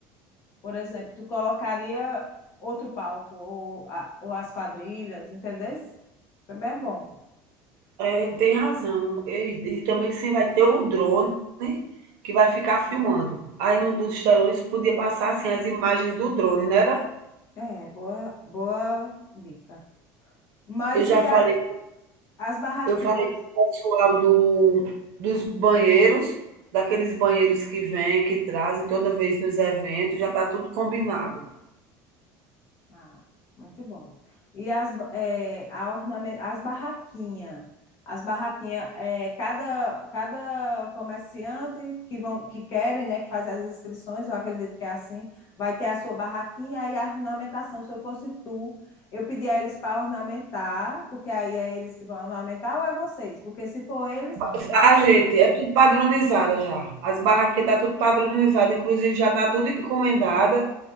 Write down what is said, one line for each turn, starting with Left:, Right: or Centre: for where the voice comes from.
Left: Por exemplo, tu colocaria outro palco, ou, a- ou as quadrilhas, entendesse? Também é bom.
Right: É, tem razão. E e também sim vai ter o drone né, que vai ficar filmando. Aí num dos telões podia passar, assim, as imagens do drone, não era?
Left: É, boa, boa dica. Mas
Right: Eu já
Left: e
Right: falei
Left: a- as barraquinhas?
Right: eu falei com o pessoal do dos banheiros, daqueles banheiros que vêm, que trazem toda vez nos eventos, já está tudo combinado.
Left: Ah, muito bom. E as, ba- é, a ornamen- as barraquinhas, as barraquinhas, é, cada, cada comerciante que vão, que querem, né, que faz as inscrições, eu acredito que é assim, vai ter a sua barraquinha e a ornamentação. Se eu fosse tu, eu pedia a eles para ornamentar, porque aí é eles que vão ornamentar ou é vocês? Porque se for eles,
Right: Ma
Left: a-
Right: a gente é tudo padronizada já. As barraquinhas está tudo padronizada, inclusive já está tudo encomendada.